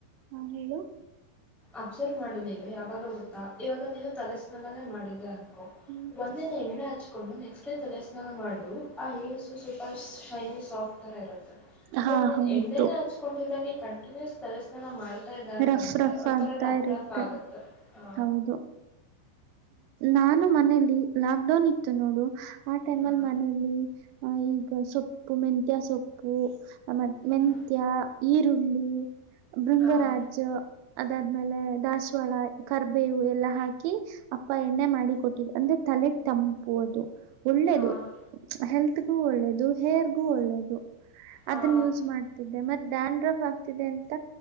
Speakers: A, on the right (about 90°); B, in the centre.
A: ಹಾ, ಹೇಳು
B: ಅಬ್ಸರ್ವ್ ಮಾಡು ನೀನು ಯಾವಾಗ ಗೊತ್ತಾ ಇವಾಗ ನೀನು ತಲೆ ಸ್ನಾನಾನೇ ಮಾಡಿದೆ ಅಂತ
A: ಹ್ಮ್.
B: ಒಂದಿನ ಎಣ್ಣೆ ಹಚ್ಕೊಂಡು ನೆಕ್ಸ್ಟ್ ಡೇ ತಲೆಸ್ನಾನ ಮಾಡು ಆ ಸು ಸ್ವಲ್ಪ ಶೈನಿ ಸಾಫ್ಟ್ ತರ ಇರುತ್ತೆ
A: ಹಾ
B: ಬಟ್ ನೀನ್
A: ಹೌದು
B: ಎಣ್ಣೆನ ಹಚ್ಕೊಂಡಲ್ದಂಗೆ ಕಂಟಿನ್ಯೂಸ್ ತಲನ ಮಾಡ್ತಾ ಇದ್ದ ಅಂತ
A: ರಫ್
B: ಅಂದ್ರೆ
A: ರಫ್
B: ಒ
A: ಆಗ್ತಾ
B: ರಫ್
A: ಇರುತ್ತೆ
B: ರಫ್ ಆಗುತ್ತ ಹ
A: ಹೌದು ನಾನು ಮನಲಿ ಲಾಕ್ ಡೌನ್ ಇತ್ತು ನೋಡು ಆ ಟೈಮ್
B: ಹಾಂ
A: ಅಲ್ಲಿ ಮನೇೆಯಲ್ಲಿ ಆ ಈಗ ಸೊಪ್ಪು ಮೆಂತ್ಯಿಯ ಸೊಪ್ಪು ಉಪ್ಪು ಆ ಮ ಮೆಂತ್ಯ
B: ಹ್ಞೂ
A: ಈರುಳ್ಳಿ ಭೃಂಗರಾಜು
B: ಹಾಂ
A: ಅದಾದ್ಮೇಲೆ ದಾಸವಾಳ ಕರ್ಬೇವು ಎಲ್ಲಾ ಹಾಕಿ ಅಪ್ಪ ಎಣ್ಣೆ ಮಾಡಿ ಕೊಟ್ಟಿದ್ ಅಂದ್ರೆ ತಲೆ ತಂಪು ಅದು ಒಳ್ಳೇದು
B: ಹಾಂ
A: ಹೆಲ್ತ್ಗೂ ಒಳ್ಳೇದು ಹೇರ್ಗೂ ಒಳ್ಳೇದು
B: ಹಾಂ
A: ಅದನ್ನ ಯೂಸ್ ಮಾಡ್ತಿದ್ದೆ ಮತ್ತೆ ದದ್ರಫ್ ಫ್ ಆಗ್ತಿದೆ ಅಂತ